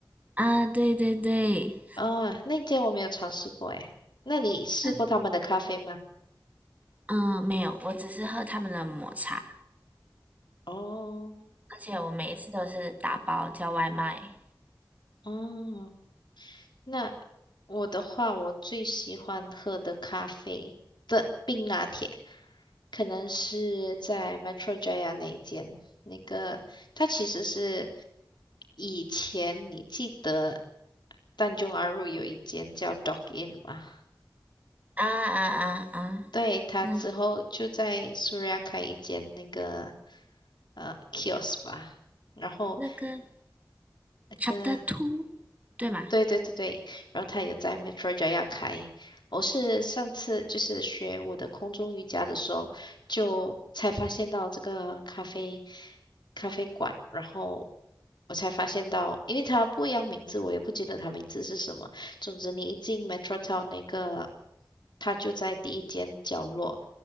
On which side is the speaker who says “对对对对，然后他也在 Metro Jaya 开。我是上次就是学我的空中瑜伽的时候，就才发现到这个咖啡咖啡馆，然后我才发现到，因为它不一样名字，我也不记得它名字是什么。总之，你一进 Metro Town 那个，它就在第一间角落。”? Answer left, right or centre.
Left